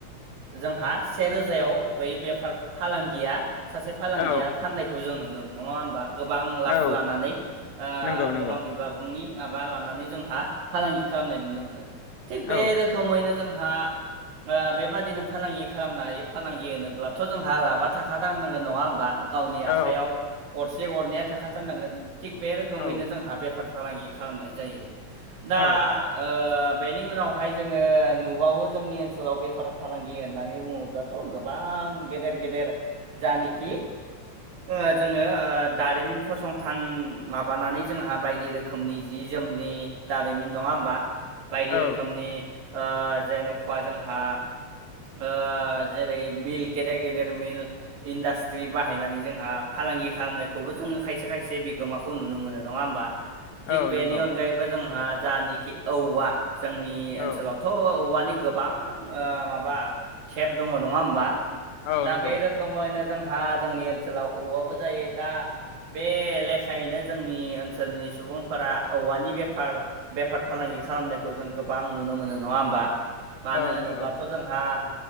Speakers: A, on the right (about 80°); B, on the left (about 65°).
A: जोंहा से रोजायाव बै बेफार फालांगिया सासे फालांगिया
B: औ
A: फाननाय खौ जों नुनो मोनो नंङा होमबा गोबां लाब
B: औ
A: लानानै
B: नंगौ नंगौ
A: गोबां नि माबा लानानै जोंहा फालांगि खालामनाय नुनो मोनो थिग
B: औ
A: बे रोखोम रोखोमैनो जोंहा ओ बेबादिनो फालांगि खालामनो हायो फालांगि होनोब्लाथ' जोंहा लाबा थाखा राननांगोन नंङा होमबा गावनि
B: औ
A: आखाइयाव गरसे गरनैया थाखाथारनांगोन थिग बे रोखोमैनो
B: औ
A: जोंहा बेफार फालांगि खालामनाय जायो दा
B: औ
A: ओ बेनि उनावहाय जोंङो नुबावो जोंनि ओनसोलाव बेफार फालांगि होननानै बुंङोब्ला थ' गोबां गेदेर गेदेर जानिखि ओ जोंङो ओ दारिमिन फसंथान माबानानै जोंहा बायदि रोखोमनि जि जोमनि दारिमिन नंङा होमबा बायदि
B: औ
A: रोखोमनि ओ जेनेन'खवा जोंहा ओ जेरै मिल गेदेर गेदेर मिल इन्डास्ट्रि बाहायनानै जोंहा फालांगि खालामनायखौबो जोंङो खायसे खायसे बिगोमाखौ नुनो मोनो नङा होमबा
B: औ
A: थिग बेनि
B: नंगौ
A: अनगायैबो जोंहा जि औवा जोंनि
B: औ
A: ओनसोलाव थ' औवानि गोबां ओ माबा खेब दङ' नंङा होमबा
B: औ
A: दा
B: नंगौ
A: बे रोखोम समयनो जोंहा जोंनि ओनसोलाव औवाबो जायो दा बे लेखा थायैनो जोंनि ओनसोलनि सुबुंफोरा औवानि बेफार बेफार फालांगि खालामनायखौ जों गोबां नुनो मोनो नंङा होमबा मानो
B: औ
A: होनोब्लाथ'
B: नंगौ
A: जोंहा